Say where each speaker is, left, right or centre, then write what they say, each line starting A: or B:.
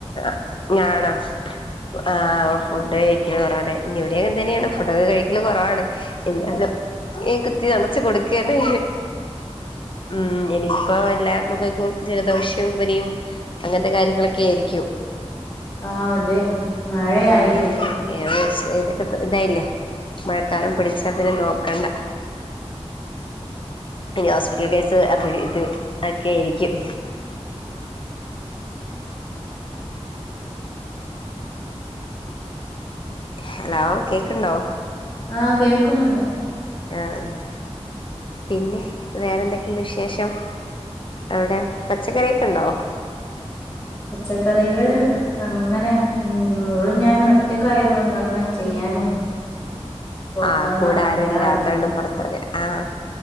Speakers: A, on the left; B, on the left.
A: ആഹ് ആണോ ആഹ് ഫുഡുകഴിക്കലു കുറവാ ഇനി ഇവിടെ അങ്ങനെ തന്നെയാണ് ഫുഡൊക്കെ കഴിക്കല് കൊറവാണ് എന്തായാലും നീ കുത്തി നിറച്ചു കൊടുക്കയല്ലേ ഉം എനി ഇപ്പൊ എല്ലാമക്കൾക്കും ജലദോഷം പനിയും അങ്ങനത്തെ കാര്യങ്ങളൊക്കെ ആയിരിക്കും
B: ആഹ് അതെ മഴയായില്ലേ
A: ഉം ഏകദേശ ഇതൊക്കെ ഇതായില്ലേ മഴക്കാലം പിടിച്ചാപിന്നെ നോക്കണ്ട പിന്നെ ഹോസ്പിറ്റൽ കേസ് അത് ഇത് ഒക്കെയായിരിക്കും ഹലോ കേക്ക്ണ്ടോ
B: ആഹ് കേൾക്കുന്നുണ്ട്
A: ആഹ് പിന്നെ വേറെന്തൊക്കെയുണ്ട് വിശേഷം. അവിടെ പച്ചക്കറിയൊക്കെയുണ്ടോ
B: പച്ചക്കറികള് അങ്ങനെ ഉം മോളും ഞാനും ഒറ്റക്കായതു കൊണ്ടങ്ങനെ ചെയ്യാന് പുറത്തിറങ്ങാൻ
A: ആഹ് കൂടെയാരുമില്ലാത്തോണ്ട്
B: പറ്റാറില്ല
A: പുറത്തിറങ്ങാൻ ആഹ്